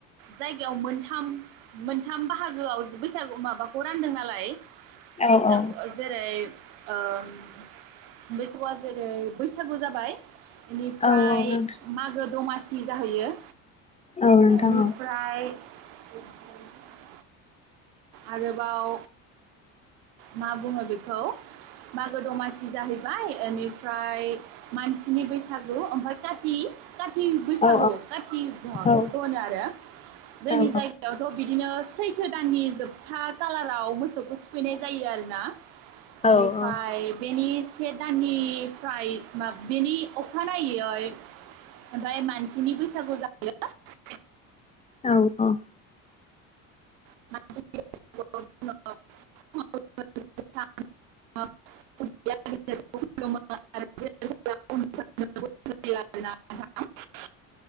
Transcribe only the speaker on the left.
औ
औ
औ औ नोंथां
औ नोंथां
औ
औ
औ
औ
औ
नोंथां औ औ
औ औ